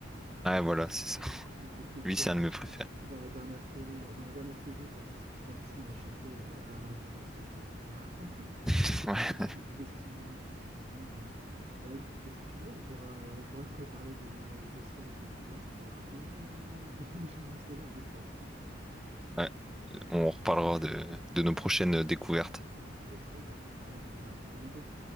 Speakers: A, in the centre; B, on the right.
A: Ouais, voilà, c'est ça.
B: il est excellent.
A: Lui, c'est un de mes préférés.
B: Dans la dernière série, là, dans la dernière saison, quand il, se- quand il se met à chanter euh, à la radio, là, c'est excellent. <laughs>
A: <laughs> Ouais.
B: Avec D- Dustin Hoonay, mon Dieu. Bah écoute, bah, si tu veux, on pourra, euh, on pourra se reparler de, de séries quand tu veux. C'est un plaisir de- <laughs> d'échanger séries avec toi.
A: Ouais, on reparlera de, de nos prochaines découvertes.
B: Euh, Trop bien. Allez, on fait ça. À bientôt.